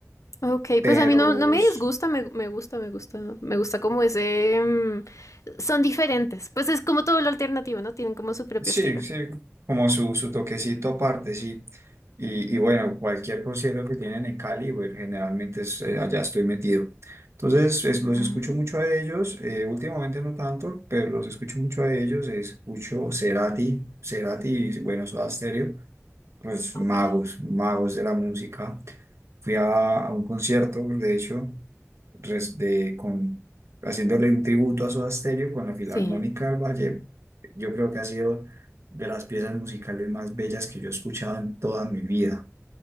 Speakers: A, on the left; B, on the right.
A: Ok,
B: Pero
A: pues a mí no, no me
B: s-
A: disgusta, me, me gusta, me gusta, me gusta como ese... mm, son diferentes, pues es como todo lo alternativo, ¿no? Tienen como su propio
B: sí,
A: estilo.
B: sí, como su, su toquecito aparte, sí. Y, y bueno, cualquier concierto que tienen en Cali, bueno, generalmente es, eh, allá estoy metido. Entonces, es- los
A: Ah.
B: escucho mucho a ellos. eh, últimamente no tanto, pero los escucho mucho a ellos. Escucho Cerati, Cerati y bueno, Soda Stereo. pues magos,
A: Ok,
B: magos de la música. Fui a, a un concierto, de hecho, res- de, con, haciéndole un tributo a Soda Stereo con la Filarmónica
A: sí.
B: del Valle. Yo creo que ha sido de las piezas musicales más bellas que yo he escuchado en toda mi vida.